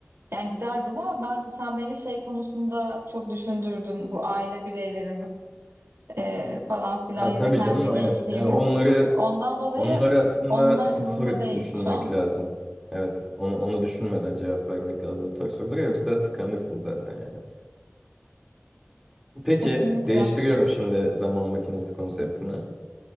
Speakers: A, on the right; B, in the centre.
A: yani giderdim ama ben sen beni şey konusunda çok düşündürdün bu aile bireylerimiz e, falan filan
B: Ha,
A: ya
B: tabii
A: da kendi
B: canım aynen.
A: gençliğimiz.
B: Yani onları
A: Ondan dolayı
B: onları aslında
A: onlar
B: sıfır
A: umurumda değil
B: düşünmek
A: şu an.
B: lazım. Evet, onu onu düşünmeden cevap vermek lazım bu tarz sorulara yoksa tıkanırsın zaten yani. Peki,
A: Kesinlikle.
B: değiştiriyorum şimdi zaman makinesi konseptini.